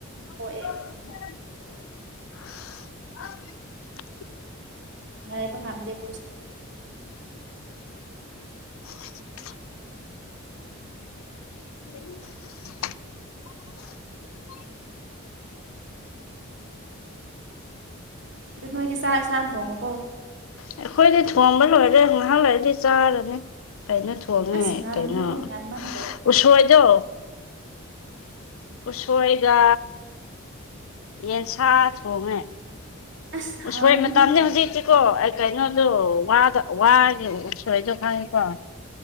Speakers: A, on the left; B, on the right.
A: <inaudible>
B: ꯄꯣꯛꯑꯦ ꯉꯥꯏꯕ ꯉꯝꯗꯦ ꯀꯣꯏꯁꯤ
A: <inaudible> ꯎꯝ
B: ꯑꯗꯨ ꯅꯣꯏꯗꯤ ꯆꯥꯛ ꯏꯟꯁꯥꯡ ꯊꯣꯡꯉꯕꯣ
A: ꯑꯩꯈꯣꯏꯗꯤ ꯊꯣꯡꯝꯕ ꯂꯣꯏꯔꯦ ꯉꯥꯏꯍꯥꯛ ꯂꯩꯔꯗꯤ ꯆꯥꯔꯅꯤ ꯀꯩꯅꯣ ꯊꯣꯡꯉꯦ
B: ꯑꯁ ꯉꯜꯂꯤꯍꯦ
A: ꯀꯩꯅꯣ
B: ꯉꯟꯃꯟꯗ꯭ꯔꯣ
A: ꯎꯁꯣꯏꯗꯣ ꯎꯁꯣꯏꯒ ꯌꯦꯟꯁꯥ ꯊꯣꯡꯉꯦ
B: ꯑꯁ ꯍꯥꯎꯅꯤꯍꯦ
A: ꯎꯁꯣꯏ ꯃꯇꯅꯦ ꯍꯧꯖꯤꯛ ꯏꯁꯤꯀꯣ
B: ꯁꯤꯗꯤ
A: ꯑꯩ ꯀꯩꯅꯣ <unintelligible> ꯋꯥꯗ ꯋꯥ ꯁꯣꯏꯗ ꯈꯥꯏꯉꯀꯣ